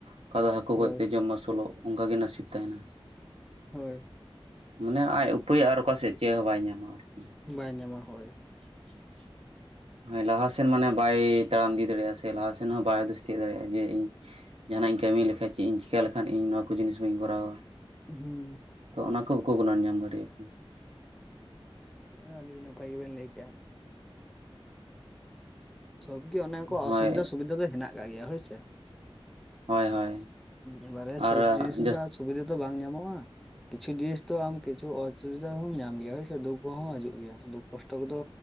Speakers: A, on the right (about 85°); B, in the centre.
A: ᱚᱠᱟ ᱫᱚ ᱦᱟᱹᱠᱩ
B: ᱦᱳᱭ
A: ᱜᱚᱡᱛᱮ
B: ᱦᱳᱭ
A: ᱡᱚᱢ ᱟᱹᱥᱩᱞᱚᱜ ᱚᱱᱠᱟᱜᱮ ᱱᱟᱥᱤᱵ ᱛᱟᱦᱮᱱᱟ᱾
B: ᱦᱳᱭ᱾
A: ᱢᱟᱱᱮ ᱟᱡ ᱩᱯᱟᱹᱭ ᱟᱨ ᱚᱠᱟ ᱥᱮᱫ ᱪᱮᱫ ᱦᱚᱸ ᱵᱟᱭ ᱧᱟᱢᱟ ᱟᱨᱠᱤ
B: ᱵᱟᱭ ᱧᱟᱢᱟ ᱦᱳᱭ᱾
A: <inaudible> ᱦᱮᱸ ᱞᱟᱦᱟᱥᱮᱱ ᱢᱟᱱᱮ ᱵᱟᱭ ᱛᱟᱲᱟᱢ ᱤᱫᱤ ᱫᱟᱲᱮᱭᱟᱜᱼᱟ ᱥᱮ ᱞᱟᱦᱟᱥᱮᱱ ᱦᱚᱸ ᱵᱟᱭ ᱦᱩᱫᱤᱥ ᱛᱤᱭᱳᱜ ᱫᱟᱲᱮᱭᱟᱜᱼᱟ ᱡᱮ ᱤᱧ ᱡᱟᱦᱟᱱᱟᱜ ᱤᱧ ᱠᱟᱹᱢᱤ ᱞᱮᱠᱷᱟᱡ ᱪᱮᱫ ᱤᱧ ᱪᱤᱠᱟ ᱞᱮᱠᱷᱟᱱ ᱤᱧ ᱱᱚᱣᱟ ᱠᱚ ᱡᱤᱱᱤᱥ ᱵᱟᱹᱧ ᱠᱚᱨᱟᱣᱟ᱾
B: ᱦᱩᱸ
A: ᱛᱚ ᱚᱱᱟ ᱠᱚ ᱵᱟᱠᱚ ᱜᱩᱱᱟᱹᱱ ᱧᱟᱢ ᱫᱟᱲᱮ ᱭᱟ
B: ᱦᱩᱸ ᱟᱹᱰᱤ ᱱᱟᱯᱟᱭ ᱜᱮᱵᱮᱱ ᱞᱟᱹᱭ ᱠᱮᱜᱼᱟ᱾ ᱥᱚᱵ ᱜᱮ ᱚᱱᱮ ᱚᱱᱠᱟ
A: ᱦᱳᱭ
B: ᱚᱥᱩᱵᱤᱫᱟ ᱥᱩᱵᱤᱫᱟ ᱫᱚ ᱦᱮᱱᱟᱜ ᱟᱠᱟᱟᱜ ᱜᱮᱭᱟ ᱦᱳᱭ ᱥᱮ᱾
A: ᱦᱳᱭ ᱦᱳᱭ᱾
B: ᱮᱵᱟᱨᱮ ᱥᱚᱵ
A: ᱟᱨ
B: ᱡᱤᱱᱤᱥ ᱨᱮᱱᱟᱜ
A: ᱡᱟᱹᱥᱛᱤ
B: ᱫᱚ ᱥᱩᱵᱤᱫᱷᱟ ᱫᱚ ᱵᱟᱝ ᱧᱟᱢᱚᱜᱼᱟ, ᱠᱤᱪᱷᱩ ᱡᱤᱱᱤᱥ ᱫᱚ ᱟᱢ ᱠᱤᱪᱷᱩ ᱚᱥᱩᱵᱤᱫᱷᱟ ᱦᱚᱸᱢ ᱧᱟᱢ ᱜᱮᱭᱟ ᱦᱳᱭᱥᱮ ᱫᱩᱠ ᱦᱚᱸ ᱦᱤᱡᱩᱜ ᱜᱮᱭᱟ ᱫᱩᱠ ᱠᱚᱥᱴᱚ ᱠᱚᱫᱚ᱾